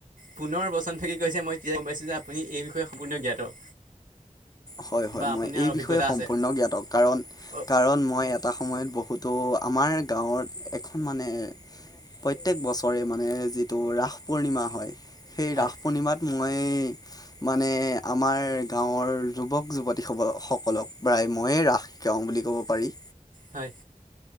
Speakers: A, on the right; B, on the left.
A: পুনৰ বচন ফেকি কৈছে মই তেতিয়া গম পাইছোঁ যে আপুনি এই বিষয়ে সম্পূৰ্ণ জ্ঞাত।
B: হয় হয়
A: বা
B: মই
A: আপোনাৰ
B: এই
A: অভিজ্ঞতা
B: বিষয়ে সম্পূৰ্ণ
A: আছে।
B: জ্ঞাতক কাৰণ
A: অ'
B: কাৰণ মই এ এটা সময়ত বহুতো আমাৰ গাঁৱত এখন মানে প্ৰত্যেক বছৰে মানে যিটো ৰাস পূৰ্ণিমা হয়। সেই
A: হয়
B: ৰাস পূৰ্ণিমাত মই মানে আমাৰ গাঁৱৰ যুৱক যুৱতী স সকলক প্ৰায় ময়ে ৰাস শিকাও বুলি ক'ব পাৰি।
A: হয়